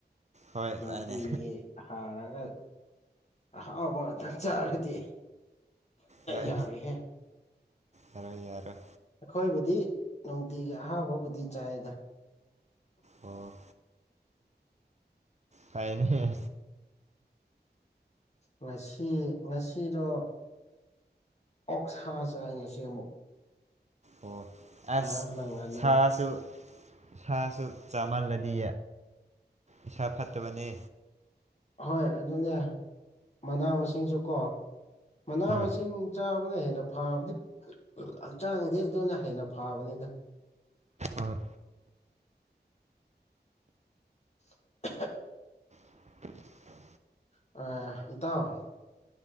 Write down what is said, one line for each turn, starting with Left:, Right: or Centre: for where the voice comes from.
Right: ꯍꯣꯏ
Left: ꯅꯨꯡꯇꯤꯒꯤ
Right: ꯃꯥꯅꯦ
Left: ꯍꯥꯎꯔꯒ ꯑꯍꯥꯎꯕ ꯉꯥꯛꯇ ꯆꯥꯔꯗꯤ
Right: ꯍꯣꯏ
Left: ꯌꯥꯔꯦꯍꯦ
Right: ꯌꯥꯔꯣꯏ ꯌꯥꯔꯣꯏ
Left: ꯑꯩꯈꯣꯏꯕꯨꯗꯤ ꯅꯨꯡꯇꯤꯒꯤ ꯑꯍꯥꯎꯕꯕꯨꯗꯤ ꯆꯥꯏꯗ
Right: ꯑꯣ ꯐꯥꯏꯅꯦ
Left: ꯉꯁꯤ ꯉꯁꯤꯗꯣ ꯑꯣꯛꯁꯥ ꯆꯥꯏ ꯉꯁꯤ ꯑꯃꯨꯛ
Right: ꯑꯣ
Left: ꯉꯔꯥꯡꯅ
Right: ꯑꯁ
Left: ꯉꯥꯅꯨ
Right: ꯁꯥꯁꯨ ꯏꯁꯥꯁꯨ ꯆꯥꯃꯥꯜꯂꯗꯤ ꯏꯁꯥ ꯐꯠꯇꯕꯅꯦ꯫
Left: ꯍꯣꯏ ꯑꯗꯨꯅꯦ ꯃꯅꯥ ꯃꯁꯤꯡꯁꯨ ꯀꯣ ꯃꯅꯥ
Right: ꯍꯣꯏ
Left: ꯃꯁꯤꯡ ꯆꯥꯕꯅ ꯍꯦꯟꯅ ꯐꯕꯗꯤ ꯍꯛꯆꯥꯡꯉꯗꯤ ꯑꯗꯨꯅ ꯍꯦꯟꯅ ꯐꯥꯕꯅꯤꯗ꯫
Right: ꯍꯣꯏ꯫
Left: <unintelligible>
Right: <unintelligible>
Left: ꯑ ꯏꯇꯥꯎ